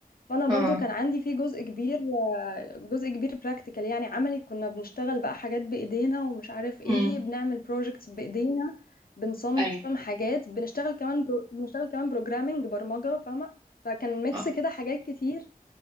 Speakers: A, on the left; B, on the right.
A: فانا برضو
B: اه
A: كان عندي فيه جزء كبير آه، جزء كبير practical يعني عملي كنا بنشتغل بقى حاجات بايدينا ومش عارف ايه
B: امم
A: بنعمل projects بايدينا بنصمم
B: ايوه
A: حاجات بنشتغل كمان برو... بنشتغل كمان programming برمجة فاهمة فكان ميكس
B: اه
A: كده حاجات كتير